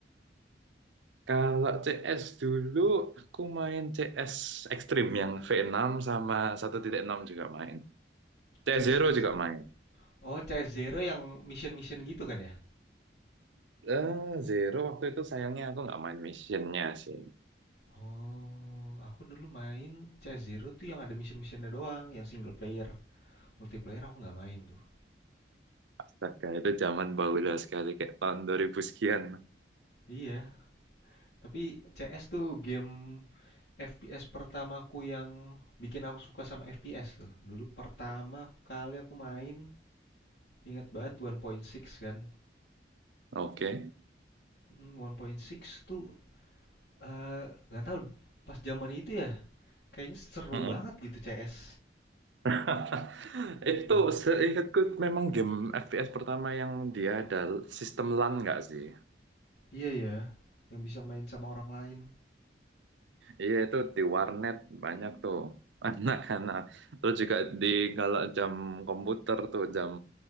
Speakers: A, on the right; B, on the left.
A: Kalau CS dulu aku main CS Extreme yang V6 sama satu titik enam juga main. CS
B: CS
A: Zero
B: Extreme?
A: juga main.
B: Oh, CS Zero yang mission-mission gitu kan ya?
A: eh Zero waktu itu sayangnya aku nggak main missionnya sih.
B: Oh, aku dulu main CS Zero tuh yang ada mission-missionnya doang, yang single player. Multiplayer aku nggak main tuh.
A: Astaga, itu zaman baula sekali kayak tahun dua ribu sekian.
B: Iya, tapi CS tuh game FPS pertamaku yang bikin aku suka sama FPS tuh. Dulu pertama kali aku main, ingat banget 1.6 kan.
A: Oke.
B: Mm, 1.6 tuh eh, nggak tahu pas zaman itu ya, kayaknya seru
A: Mm-mm.
B: banget gitu CS.
A: <laughs> Itu
B: Dan
A: seingatku memang game FPS pertama yang dia ada sistem LAN nggak sih?
B: iya ya, yang bisa main sama orang lain.
A: Iya itu di warnet banyak tuh <laughs> anak-anak. Terus juga di kalau jam komputer tuh jam